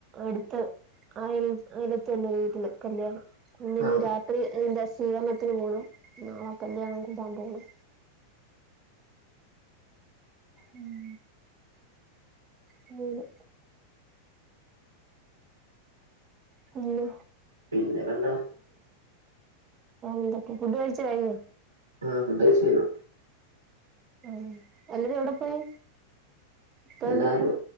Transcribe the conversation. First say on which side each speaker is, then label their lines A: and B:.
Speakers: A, on the right; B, on the right.
A: അടുത്ത് അൽ അയലത്തെന്നെ വീട്ടില് കല്യാണം ഇന്നിനി
B: ആ
A: രാത്രി എന്റച് ഊണത്തിന് പോണം നാളെ കല്യാണം കൂടാൻ പോണം ഉം അങ്ങനെ പിന്നെ
B: പിന്നപ്പന്താണ്
A: എന്തൊക്കെയ ഫുഡ് കഴിച്ച് കഴിഞ്ഞൊ
B: ആ ഫുഡ് കഴിച്ചഴിഞ്ഞു
A: ഉം എല്ലരും എവിടെ പോയി ഇത്താത്തമ്മയൊക്കെ
B: എല്ലാരും